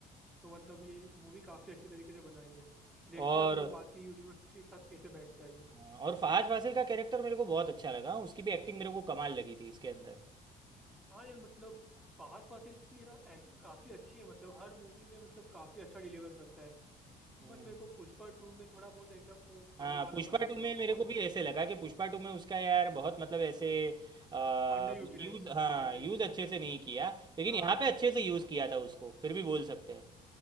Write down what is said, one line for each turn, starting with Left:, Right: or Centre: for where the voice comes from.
Centre: तो मतलब ये मूवी काफी अच्छी तरीके से बनाई है देखते
Right: और
Centre: हैं अभी वो बाकी यूनिवर्स के साथ कैसे बैठता है ये
Right: हाँ, और फहाद फासिल का कैरेक्टर मेरे को बहुत अच्छा लगा उसकी भी एक्टिंग मेरे को कमाल लगी थी इसके अंदर
Centre: हाँ यार मतलब फहद फासिल की है ना एक्टिंग काफी अच्छी है मतलब हर मूवी में मतलब काफी अच्छा डिलीवर करता है
Right: हम्म
Centre: बस मेरे को पुष्पा टू में थोड़ा बहुत एकदम वो
Right: हाँ
Centre: फनी वाला
Right: पुष्पा
Centre: बना
Right: टू
Centre: दिया
Right: में
Centre: उसको
Right: मेरे को भी ऐसे लगा कि पुष्पा टू में उसका यार बहुत मतलब ऐसे आ,
Centre: अंडर यूटिलाइज
Right: यूज
Centre: था
Right: हाँ
Centre: Under
Right: यूज
Centre: utilise
Right: अच्छे से नहीं किया लेकिन
Centre: हाँ
Right: यहाँ पे अच्छे से यूज किया था उसको फिर भी बोल सकते हैं